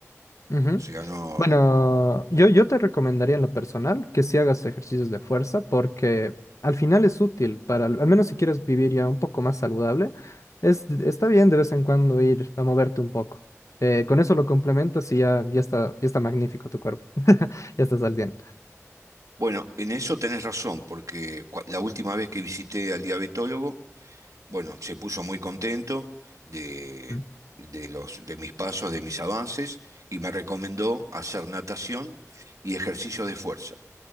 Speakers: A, on the left; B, on the right.
A: Ujú.
B: O sea, no.
A: Bueno, yo, yo te recomendaría en lo personal que si hagas ejercicios de fuerza porque al final es útil para, al menos si quieres vivir ya un poco más saludable, es, está bien de vez en cuando ir a moverte un poco. Eh, con eso lo complementas y ya, ya está, ya está magnífico tu cuerpo. <laughs> Ya estás al día.
B: Bueno, en eso tenés razón, porque cua- la última vez que visité al diabetólogo, bueno, se puso muy contento de,
A: Mm.
B: de los, de mis pasos, de mis avances, y me recomendó hacer natación y ejercicio de fuerza.